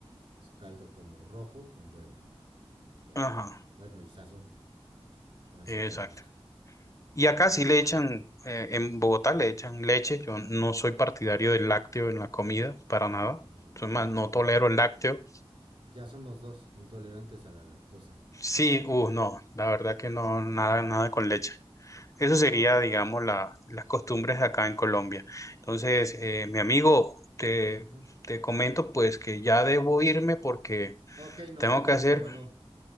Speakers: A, on the right; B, on the left.
A: Es caldo como rojo con huevo. Ya.
B: Ajá,
A: Bueno, y sazón. Ahora
B: exacto.
A: sí que al gusto.
B: Y acá sí le echan, eh, en Bogotá le echan leche. Yo no soy partidario del lácteo en la comida, para nada.
A: No
B: Soy
A: manches,
B: más, no tolero
A: no.
B: el lácteo.
A: Ya somos dos, intolerantes a la lactosa.
B: Sí, uh, no, la verdad que no, nada, nada con leche. Eso sería, digamos, la- las costumbres acá en Colombia. Entonces, eh, mi amigo, te,
A: Ujú.
B: te comento pues que ya debo irme porque
A: Ok, nos
B: tengo
A: vemos,
B: que hacer.
A: hermano.